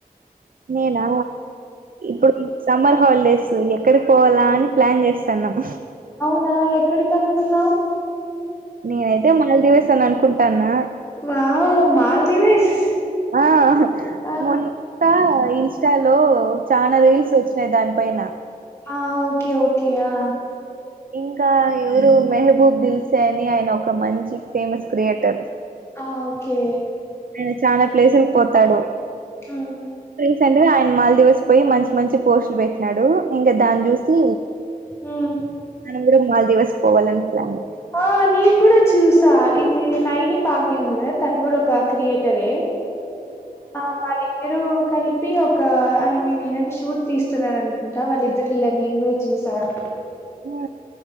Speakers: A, on the right; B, on the left.
A: నేనా ఇప్పుడు సమ్మర్ హాలిడేస్ ఎక్కడి పోవల్ల అని ప్లాన్ చేస్తాన్నాం
B: ఆ ఎక్కడికి అనుకున్నావ్
A: నేనైతే మాల్దీవ్స్ అని అనుకుంటాన్నా
B: వావ్ మాల్దీవ్స్
A: ఆ
B: ఆ
A: మోన్ ఇంకా ఇన్స్టాలో చాల రీల్స్ వచ్చినాయి దానిపైన
B: ఆ ఓకే ఓకే ఆ
A: ఇంకా ఎవరు మెహబూబ్ దిల్సే అని ఆయన ఒక మంచి ఫేమస్ క్రియేటర్
B: ఆ ఓకే
A: ఆయన చానా ప్లేసులకి పోతాడు
B: ఆ
A: స్ అంటనే ఆయన మాల్దీవ్స్ పోయి మంచి మంచి పోస్టులు పెట్టినాడు ఇంకా దాన్ని చూసి
B: హ్మ్
A: మనం కూడ మాల్దీవ్స్ పోవాలని ప్లాన్
B: ఓ నేను కూడా చూశా త్రి నైని పావని ఉంది కదా తన కూడా ఒక క్రియేటరే ఆ వాళ్ళిద్దరు కలిపి ఒక ఐ మీన్ ఏననా షూట్ తీస్తున్నరానుకుంటా వాళ్ళిద్దరు ఇళ్ల నేను కూడా చూసాను
A: హు